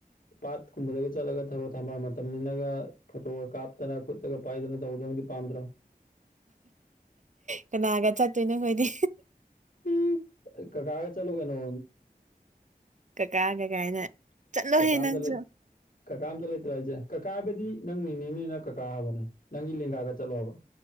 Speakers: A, on the left; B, on the right.
A: ꯄꯥꯠ ꯀꯨꯝꯕꯗꯒ ꯆꯠꯂꯒ ꯊꯕꯛ ꯊꯝꯕꯥꯜ ꯃꯇꯝꯅꯤꯅꯒ ꯐꯣꯇꯣꯒ ꯀꯥꯞꯇꯅ ꯈꯨꯠꯇꯒ ꯄꯥꯏꯗꯅ ꯇꯧꯕꯗꯣ ꯅꯪꯗꯤ ꯄꯥꯝꯗ꯭ꯔꯣ
B: ꯀꯅꯥꯒ ꯆꯠꯇꯣꯏꯅꯣ ꯍꯣꯏꯗꯤ
A: ꯍꯨꯝ ꯀꯥꯀꯥꯒ ꯆꯠꯂꯨ ꯀꯩꯅꯣ
B: ꯀꯀꯥꯒ ꯀꯥꯏꯅ ꯆꯠꯂꯣꯍꯦ
A: ꯀꯀꯥ ꯑꯝꯇ
B: ꯅꯪꯁꯨ
A: ꯂꯩ ꯀꯀꯥ ꯑꯝꯇ ꯂꯩꯇ꯭ꯔꯣ ꯍꯥꯏꯖꯦ ꯀꯀꯥ ꯍꯥꯏꯕꯗꯤ ꯅꯪ ꯅꯦꯅꯦꯅꯤꯅ ꯀꯀꯥ ꯍꯥꯏꯕꯅꯦ ꯅꯪꯒꯤ ꯂꯦꯡꯒꯥꯒ ꯆꯠꯂꯣ ꯍꯥꯏꯕ